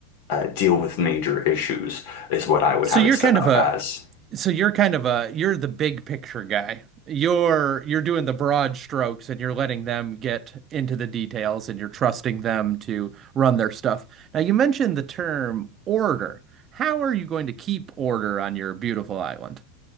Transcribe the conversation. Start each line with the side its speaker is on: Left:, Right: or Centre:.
Left: uh, deal with major issues is what I would
Right: So
Left: have
Right: you're
Left: it set
Right: kind
Left: up
Right: of a
Left: as.
Right: so you're kind of a you're the big picture guy. You're you're doing the broad strokes and you're letting them get into the details and you're trusting them to run their stuff. Now you mentioned the term order. How are you going to keep order on your beautiful island?